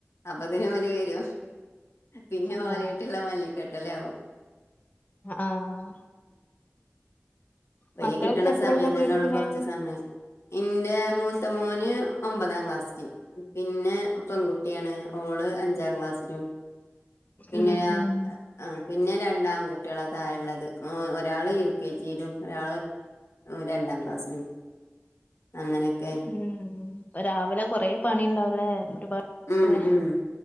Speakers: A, on the left; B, on the left.
A: അപത്തിന് ഓലെരും. പിന്നെ
B: ആഹ്
A: ഓലേയ്ട്ട്ള്ള മല്ലികെട്ടലാവും
B: ആഹ്
A: പ്പൊ
B: മക്കളൊക്കെ
A: ഈ കിട്ടണ
B: എത്രയിലാ
A: സമയം
B: പഠിക്ക്ണേ
A: തന്നെ ഉള്ളൂ കൊറച്ച് സമയം ഇന്റെ മൂത്ത മോന് ഒമ്പതാം ക്ലാസ്സില് പിന്നെ പെൺകുട്ടിയാണ് ഓള് അഞ്ചാം ക്ലാസ്സിലും പിന്നെ
B: ഉം
A: രാ
B: ഉം
A: ആ പിന്നെ രണ്ടാൺകുട്ട്യാളാ താഴെള്ളത് ഒരാള് യു കെ ജിയിലും ഒരാള് ഏഹ് രണ്ടാം ക്ലാസ്സിലും അങ്ങനെയൊക്കെ.
B: ഉം പ്പൊ രാവിലെ കൊറേ പണിണ്ടാവുംലേ ഒരുപാട്
A: ഉം
B: ല്ലേ
A: ഉം